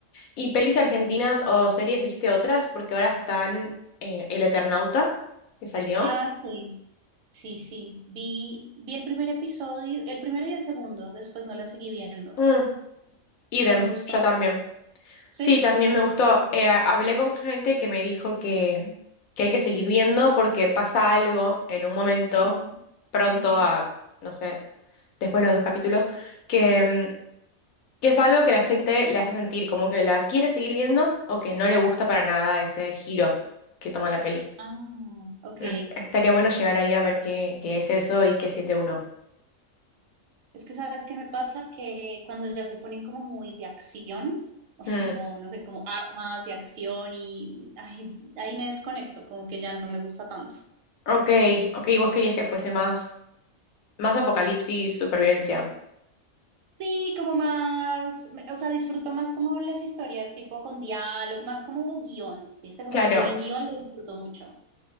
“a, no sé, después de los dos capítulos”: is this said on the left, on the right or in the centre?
Left